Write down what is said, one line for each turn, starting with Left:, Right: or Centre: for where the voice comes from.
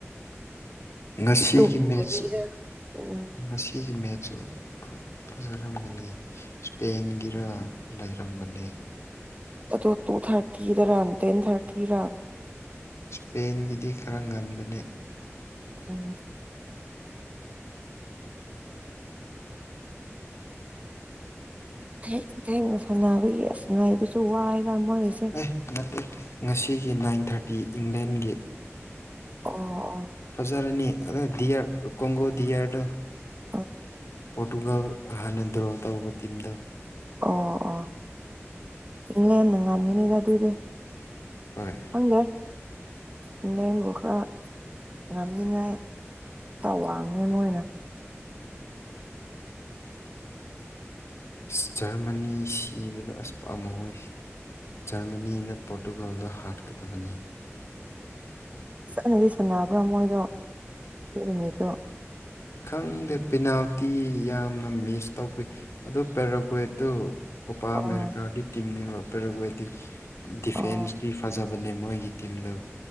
Left: ꯉꯁꯤꯒꯤ
Right: ꯇꯨꯝꯗꯕꯤꯗ
Left: ꯃꯦꯠꯁꯨ
Right: ꯎꯝ
Left: ꯉꯁꯤꯒꯤ ꯃꯦꯠꯁꯨ ꯚ ꯐꯖꯔꯝꯒꯅꯤ ꯏꯁꯄꯦꯟꯒꯤꯔꯥ ꯂꯩꯔꯝꯕꯅꯦ
Right: ꯑꯗꯣ ꯇꯨ ꯊꯥꯔꯇꯤꯗꯔꯥ ꯇꯦꯟ ꯊꯥꯔꯇꯤꯔꯥ
Left: ꯏꯁꯄꯦꯟꯒꯤꯗꯤ ꯈꯔ ꯉꯟꯕꯅꯦ
Right: ꯎꯝ ꯊꯦꯡ ꯊꯦꯡꯅ ꯁꯥꯟꯅꯕꯒꯤ ꯑꯁ ꯉꯥꯏꯕꯗꯨꯁꯨ ꯋꯥꯏ ꯌꯥꯝ ꯃꯣꯏꯁꯦ
Left: ꯑꯦꯍ ꯅꯠꯇꯦ ꯉꯁꯤꯒꯤ ꯅꯥꯏꯟ ꯊꯥꯔꯇꯤ ꯏꯪꯂꯦꯟꯒꯤ
Right: ꯑꯣ ꯑꯣ
Left: ꯐꯖꯥꯔꯅꯤ ꯑꯗꯣ ꯗꯤꯌꯥꯔ ꯀꯣꯡꯒꯣ ꯗꯤꯌꯥꯔꯗꯣ
Right: ꯑꯣ ꯑꯣ
Left: ꯄꯣꯔꯇꯨꯒꯜ ꯍꯥꯟꯅ ꯗ꯭ꯔꯣ ꯇꯧꯕ ꯇꯤꯝꯗ
Right: ꯑꯣ ꯑꯣ ꯏꯪꯂꯦꯟꯟꯅ ꯉꯝꯒꯅꯤꯗ ꯑꯗꯨꯗꯤ
Left: ꯍꯣꯏ
Right: ꯈꯪꯗꯦ ꯏꯪꯂꯦꯟꯕꯨ ꯈꯔ ꯉꯝꯅꯤꯡꯉꯥꯏ ꯈꯔ ꯋꯥꯡꯉꯦ ꯃꯣꯏꯅ
Left: ꯑꯁ ꯖꯔꯃꯅꯤ ꯁꯤꯕꯗꯣ ꯑꯁ ꯄꯥꯝꯃꯨꯋꯦ ꯖꯔꯃꯅꯤꯅ ꯄꯣꯔꯇꯨꯒꯥꯜꯗꯣ ꯍꯥꯠꯀꯗꯕꯅꯤ
Right: ꯐꯖꯅꯗꯤ ꯁꯥꯟꯅꯕ꯭ꯔꯥ ꯃꯣꯏꯗꯣ ꯑꯗꯨ ꯅꯨꯃꯤꯠꯇꯣ
Left: ꯈꯪꯗꯦ ꯄꯦꯅꯥꯜꯇꯤ ꯌꯥꯝꯅ ꯃꯤꯁ ꯇꯧꯕꯤ ꯑꯗꯨ ꯄꯦꯔꯥꯀ꯭ꯋꯦꯠꯇꯨ ꯑꯣꯄꯥ
Right: ꯑꯣ
Left: ꯑꯃꯦꯔꯤꯀꯥꯒꯤ ꯇꯤꯝꯅꯦꯕ ꯄꯦꯔꯥꯒ꯭ꯋꯦꯠꯀꯤ ꯗꯤꯐꯦꯟꯁ
Right: ꯑꯣ
Left: ꯗꯤ ꯐꯖꯕꯅꯦ ꯃꯣꯏꯒꯤ ꯇꯤꯝꯗꯣ